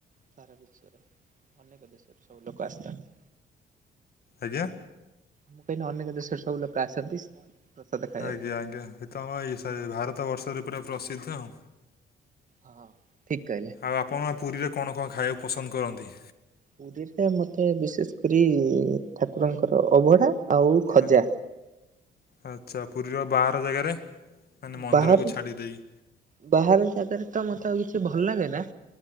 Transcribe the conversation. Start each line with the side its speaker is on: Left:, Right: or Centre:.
Right: ସାରା ବିଶ୍ୱର ଅନେକ ଦେଶର ସବୁ ଲୋକ ଆସଥାନ୍ତି।
Left: ଆଜ୍ଞା।
Right: ମୁଁ କହିଲି ଅନେକ ଦେଶର ସବୁ ଲୋକ ଆସନ୍ତି। ପ୍ରସାଦ ଖାଇବା
Left: ଆଜ୍ଞା
Right: ପାଇଁ।
Left: ଆଜ୍ଞା ଏ ତ ଆମ ଏଇ ସାରି ଭାରତ ବର୍ଷରେ ପୁରା ପ୍ରସିଦ୍ଧ ଆଉ।
Right: ହଁ ହଁ ଠିକ୍ କହିଲେ।
Left: ଆଉ ଆପଣ ପୁରୀରେ କଣ କଣ ଖାଇବାକୁ ପସନ୍ଦ କରନ୍ତି?
Right: ପୁରୀରେ ମତେ ବିଶେଷ୍ କରି ଠାକୁରଙ୍କର ଅଭଢା ଆଉ ଖଜା।
Left: ଆ- ଆଚ୍ଛା ପୁରୀର ବାହାର ଜାଗାରେ ମାନେ ମନ୍ଦିରକୁ
Right: ବାହାରେ
Left: ଛାଡି ଦେଇ।
Right: ବାହାର ଜାଗାରେ ତ ମତେ ଆଉ କିଛି ଭଲ ଲାଗେନା।